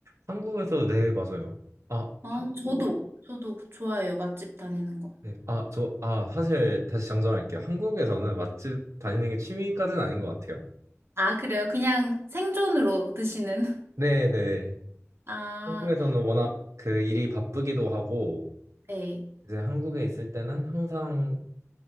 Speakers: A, on the right (about 75°); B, on the right (about 50°).
A: 한국에서, 네, 맞아요. 아,
B: 어,
A: 한국,
B: 저도, 저도 좋아해요. 맛집 다니는 거.
A: 네. 아, 저, 아, 사실 다시 정정할게요. 한국에서는 맛집 다니는 게 취미까지는 아닌 것 같아요.
B: 아, 그래요? 그냥 생존으로 드시는? <laughs>
A: 네, 네.
B: 아,
A: 한국에서는 워낙 그 일이 바쁘기도 하고,
B: 네.
A: 이제 한국에 있을 때는 항상